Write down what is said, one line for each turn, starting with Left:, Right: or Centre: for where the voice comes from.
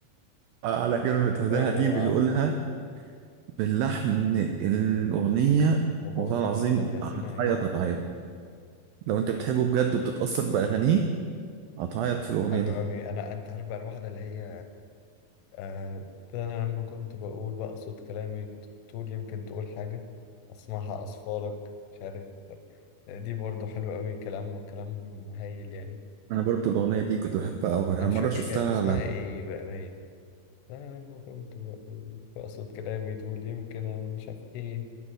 Right: على كلمة هداها
Left: اوعى
Right: دي بيقولها باللحن ال- الأغنية
Left: وهو
Right: والله
Left: صوته
Right: العظيم
Left: ابن اللذينة
Right: هتعيط
Left: ايه
Right: هتعيط لو أنت بتحبه بجد وبتتأثر بأغانيه هتعيط في الأغنية
Left: حلو
Right: دي
Left: قوي انا انت عارف بقى الواحدة اللي هي آه ده انا لما كنت بقول بقى صوت كلامي ت- تقول يمكن تقول حاجة اسمعها اصفالك مش عارف دي برضو حلوة قوي كلام كلام هايل يعني
Right: أنا برضو الأغنية دي كنت بحبها أوي أنا
Left: انا مش
Right: مرة
Left: فاكر
Right: شفتها
Left: كان اسمها
Right: على
Left: ايه بقى باين ده انا لما كنت بقول بقى صوت كلامي تقول يمكن انا مش عارف ايه